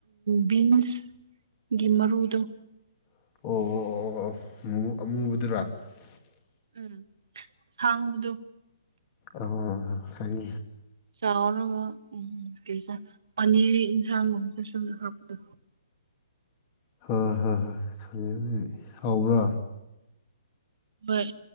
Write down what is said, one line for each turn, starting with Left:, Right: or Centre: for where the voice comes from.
Right: ꯕꯤꯟꯁꯒꯤ ꯃꯔꯨꯗꯣ
Left: ꯑꯣ ꯑꯣ ꯑꯣ ꯑꯃꯨꯕꯗꯨꯔꯥ
Right: ꯎꯝ ꯁꯉꯗꯨ
Left: ꯑ ꯍꯥꯏ
Right: ꯆꯥꯎꯔꯒ ꯎ ꯀꯩꯁꯦ ꯄꯅꯤꯔ ꯌꯦꯟꯁꯥꯡꯒꯨꯝꯕꯁꯦ ꯁꯨꯝꯅ ꯍꯥꯞꯄꯗꯣ
Left: ꯍꯣꯏ ꯍꯣꯏ ꯍꯣꯏ ꯈꯪꯉꯪ ꯍꯥꯎꯕ꯭ꯔꯥ
Right: ꯍꯣꯏ